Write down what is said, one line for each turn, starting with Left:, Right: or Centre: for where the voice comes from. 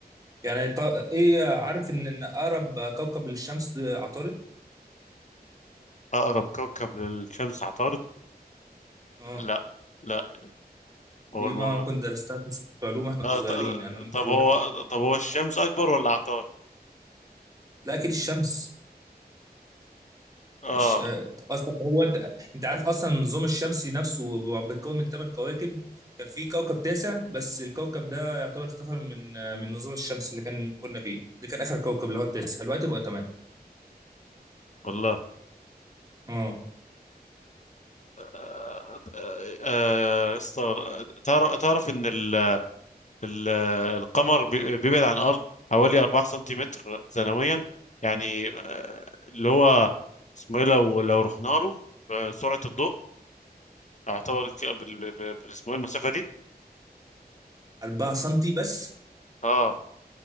Right: يعني طا... ايه عارف ان ان اقرب كوكب للشمس ده عطارد
Left: اقرب كوكب للشمس عطارد
Right: اه
Left: لا لا
Right: دي
Left: اول
Right: ما
Left: مره
Right: كنت درستها في في علوم احنا
Left: آه،
Right: صغيرين
Left: ط-
Right: يعني انا ممكن
Left: طب هو طب هو الشمس اكبر ولا عطارد
Right: لا اكيد الشمس
Left: اه
Right: يعني الش... آه، اصلا هو انت انت عارف اصلا النظام الشمسي نفسه بيتكون من ثمان كواكب كان في كوكب تاسع بس الكوكب ده يعتبر اختفى من آه، من النظام الشمسي اللي كان كنا فيه ده كان اخر كوكب اللي هو التاسع دلوقتي بقى ثمانية
Left: والله
Right: اه
Left: آه، آه، استغر- تعرف تعرف ان ال ال القمر بي- بيبعد عن الارض حوالي 4 سنتيمتر سنويا يعني آه، اللي هو اسمه ايه لو لو رحنا له بسرعه الضوء يعتبر ك- بال- بال- بال- اسمه ايه المسافه دي
Right: 4 سم بس
Left: اه